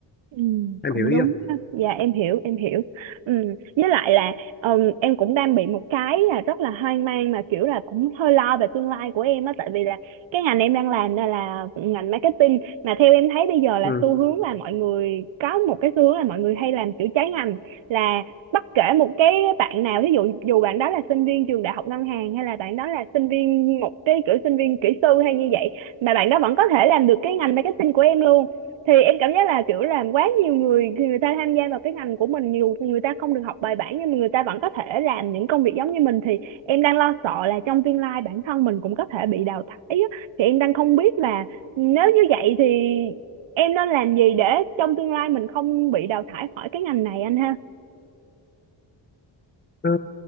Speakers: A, on the right; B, on the left.
A: Ừ,
B: em
A: cũng
B: hiểu ý
A: đúng
B: không
A: ha. Dạ em hiểu em hiểu ừ. Với lại là ừm, em cũng đang bị một cái là rất là hoang mang mà kiểu là cũng hơi lo về tương lai của em á tại vì là cái ngành em đang làm là, là ngành marketing mà theo em thấy bây giờ là
B: ừ.
A: xu hướng là mọi người có một cái xu hướng là mọi người hay làm kiểu trái ngành là bất kể một cái bạn nào ví dụ dù bạn đó là sinh viên trường đại học ngân hàng hay là bạn đó là sinh viên một cái kiểu sinh viên kỹ sư hay như vậy mà bạn đó vẫn có thể làm được cái ngành marketing của em luôn thì em cảm giác là kiểu làm quá nhiều người người ta tham gia vào cái ngành của mình dù người ta không được học bài bản nhưng mà người ta vẫn có thể làm những công việc giống như mình thì em đang lo sợ là trong tương lai bản thân mình cũng có thể bị đào thải á. thì em đang không biết là nếu như vậy thì em nên làm gì để trong tương lai mình không bị đào thải khỏi cái ngành này anh ha
B: Ờ,